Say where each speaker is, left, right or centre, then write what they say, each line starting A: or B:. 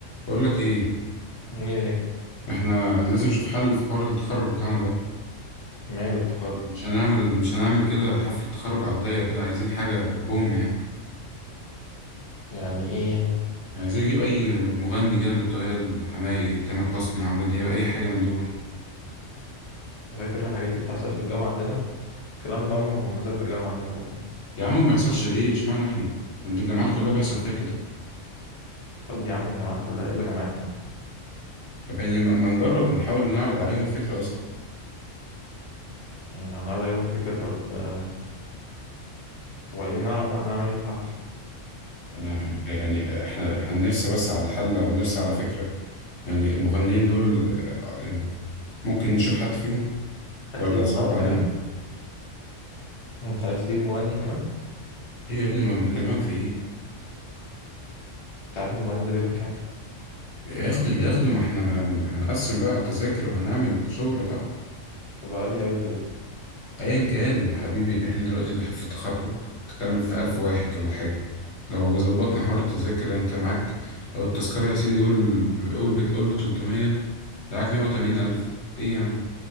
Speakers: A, on the left; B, on the left.
A: بقول لك ايه
B: ايه يعني
A: احنا لازم نشوف حل في حوار التخرج بتاعنا ده
B: ماله التخرج
A: مش هنعمل مش هنعمل كده حفلة تخرج على الضيق كده عايزين حاجة بوم يعني
B: يعني ايه
A: يعني عايزين نجيب اي مغني كده من التقال حماقي تامر حسني عمرو دياب اي حاجة من دول
B: انت فاكر الحاجات دي بتحصل في الجامعة عندنا الكلام ده عمره ما حصل في الجامعة عندنا قبل كده
A: يا عم ما يحصلش ليه اشمعنى احنا ده الجامعات كلها بيحصل فيها كده
B: طب يا عم الجامعات كلها الا جامعتنا
A: طب يعني ما ما نجرب نحاول نعرض عليهم الفكرة اصلا
B: يعني هنقعد يوم الفكرة طب آه، طب عايزين نعرف بقى هنعمل ايه في الحفل
A: انا يعني احنا احنا نرسى بس على حل او نرسى على فكرة يعني المغنيين دول آه، يعني ممكن نشوف حد فيهم
B: عايز
A: ولا
B: تجيب
A: صعب
B: مغني
A: علينا
B: كمان انت عايز تجيب مغني كمان
A: ايوه يا ابني ما بكلمك في ايه
B: انت عارف المغني ده بياخد كام
A: ياخد اللي ياخده ما احنا هن... هنقسم بقى التذاكر وهنعمل شغل بقى
B: بيبقى غالي قوي كده
A: ايا كان يا حبيبي احنا دلوقتي ده في التخرج تتكلم في ألف واحد ولا حاجة لو ظبطنا حوار التذاكر انت معاك لو التذكرة يا سيدي قول ب- قول بك قول بتلتمية معاك مية وتمانين ألف ايه يعني